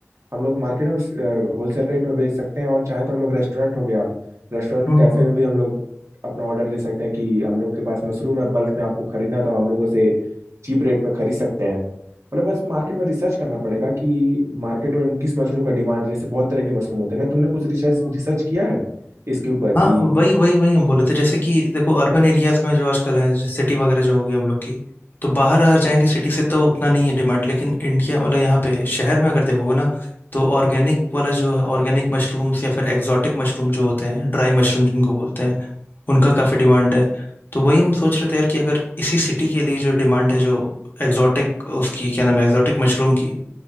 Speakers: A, on the right; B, on the left.
A: हम लोग मार्केट में होलसेल रेट में बेच सकते हैं और चाहे तो हम लोग रेस्टोरेंट हो गया रेस्टोरेंट
B: हम्म
A: कैफे
B: हम्म,
A: में
B: हम्म,
A: भी हम
B: हम्म।
A: लोग अपना ऑर्डर दे सकते हैं कि हम लोग के पास मशरूम है बल्क में आपको खरीदना है तो हम लोगों से चीप रेट में खरीद सकते हैं मतलब बस मार्केट
B: हम्म।
A: में रिसर्च करना पड़ेगा कि मार्केट में किस मशरूम का डिमांड जैसे बहुत तरह के मशरूम होते हैं ना तुमने कुछ रिसर्च
B: हम्म।
A: रिसर्च किया है इसके ऊपर कि
B: हाँ वही वही वही हम बोले थे जैसे कि देखो अर्बन एरियाज में जो आजकल है जैसे सिटी वगैरह जो होगी हम लोग की तो बाहर आ जाएंगे सिटी से तो उतना नहीं है डिमांड लेकिन इंडिया मतलब यहाँ पे शहर में अगर देखोगे ना तो ऑर्गेनिक वाला जो है ऑर्गेनिक मशरूम्स या फिर एग्जॉटिक मशरूम जो होते हैं ड्राई मशरूम जिनको बोलते हैं उनका काफ़ी डिमांड है तो वही हम सोच रहे थे यार कि अगर इसी सिटी के लिए जो डिमांड है जो एग्जॉटिक उसकी क्या नाम है एग्जॉटिक मशरूम की